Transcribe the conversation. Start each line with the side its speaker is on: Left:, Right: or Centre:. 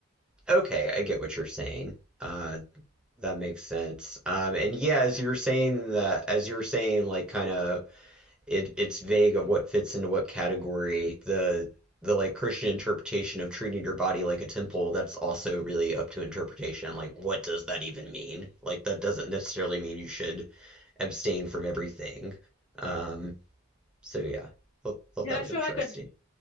Centre: Okay, I get what you're saying. Uh, that makes sense. Um, and yeah, as you were saying that, as you were saying, like, kind of it it's vague of what fits into what category. The the like Christian interpretation of treating your body like a temple, that's also really up to interpretation. Like what does that even mean? Like that doesn't necessarily mean you should abstain from everything. Um so yeah. Thought, thought
Left: And
Centre: that
Left: I
Centre: was
Left: feel
Centre: interesting.
Left: like a